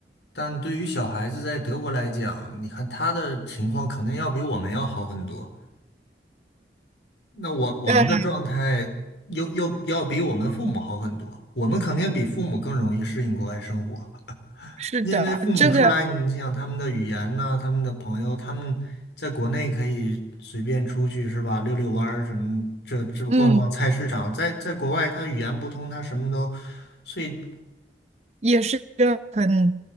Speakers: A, on the left (about 75°); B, on the right (about 35°).
A: 但对于小孩子在德国来讲，你看他的情况肯定要比我们要好很多。那我我们的状态又又要比我们父母好很多。
B: 呃，
A: 我们肯定比父母更容易适应国外生活，
B: 是的，
A: 因为父母出来，
B: 这个，
A: 你想他们的语言呐、他们的朋友，他们在国内可以随便出去是吧？遛遛弯儿什么，这这逛逛菜市场，
B: 嗯。
A: 在在国外他语言不通，他什么都。所以
B: 也是一个很